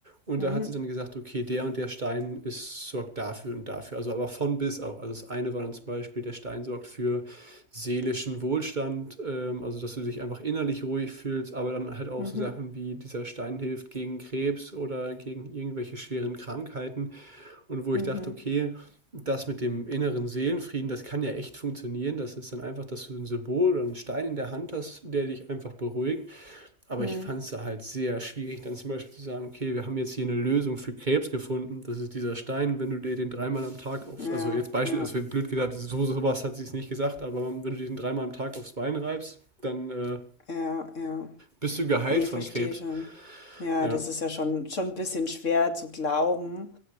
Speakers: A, on the right (about 35°); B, on the left (about 60°).
A: und
B: Mhm.
A: da hat sie dann gesagt, okay, der und der Stein ist, sorgt dafür und dafür. Also aber von bis auch. Also das eine war dann zum Beispiel, der Stein sorgt für seelischen Wohlstand, ähm, also dass du dich einfach innerlich ruhig fühlst, aber dann halt auch
B: Mhm.
A: so Sachen wie dieser Stein hilft gegen Krebs oder gegen irgendwelche schweren Krankheiten. Und wo
B: Mhm.
A: ich dachte, okay, das mit dem inneren Seelenfrieden, das kann ja echt funktionieren. Das ist dann einfach, dass du ein Symbol oder einen Stein in der Hand hast, der dich einfach beruhigt. Aber
B: Mhm.
A: ich fand es da halt sehr schwierig, dann zum Beispiel zu sagen, okay, wir haben jetzt hier eine Lösung für Krebs gefunden. Das ist dieser Stein, wenn du dir den dreimal am Tag aufs,
B: Ja,
A: also jetzt Beispiel,
B: ja,
A: es wird blöd gesagt, so sowas hat sie es nicht gesagt, aber wenn du dir den dreimal am Tag aufs Bein reibst, dann äh,
B: ja, ja.
A: bist du geheilt
B: Ne,
A: von
B: verstehe
A: Krebs.
B: schon. Ja,
A: Ja,
B: das ist ja schon schon 'n bisschen schwer zu glauben,